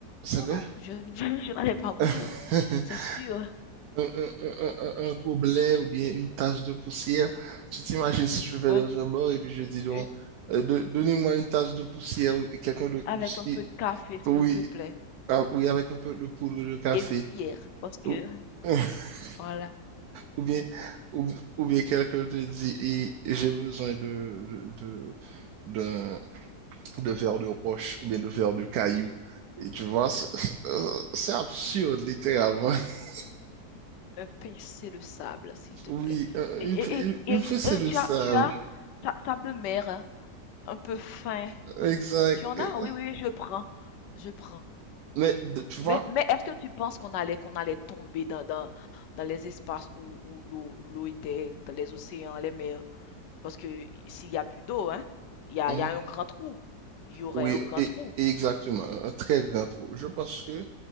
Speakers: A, on the left (about 80°); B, on the right (about 70°).
A: Non,
B: C'est vrai?
A: non, je, <laughs> je n'allais pas mourir,
B: <laughs>
A: hein. c'est sûr.
B: un, un, un, un, un gobelet ou bien une tasse de poussière. Tu t'imagines si je vais
A: Ouais.
B: dans un bar et puis je dis, non,
A: Une-
B: euh, de- donnez-moi une tasse de poussière et quelqu'un de,
A: avec
B: de- si-
A: un peu de café, s'il
B: oui,
A: te plaît.
B: ah, oui, avec un peu de poudre de café.
A: Et une cuillère, parce que,
B: Ou, <laughs>
A: voilà,
B: ou bien, ou, ou bien quelqu'un te dit, et j'ai besoin de, de, de, d'un- de verre de roche ou bien de verre de caillou. Et tu vois, c'est c'est- euh, c'est absurde, littéralement. <laughs>
A: un pincé de sable, s'il te
B: Oui,
A: plaît.
B: euh,
A: Et, et,
B: une,
A: et,
B: une, une
A: et
B: fessée
A: je- et
B: de
A: tu
B: ça.
A: as, tu as, sa- sable de mer, hein, un peu fin.
B: Exact.
A: Tu en
B: Et-
A: as? Oui, oui, oui, je prends. Je prends.
B: Mais de- tu vois,
A: Mais, mais est-ce que tu penses qu'on allait qu'on allait tomber dans, dans, dans les espaces où, où l'eau l'eau était, dans les océans, les mers? Parce que s'il y a plus d'eau, hein, il y a,
B: mhm,
A: il y a un grand trou. Il y aurait
B: oui,
A: un grand
B: et,
A: trou.
B: et exactement, un un très grand trou. Je pense que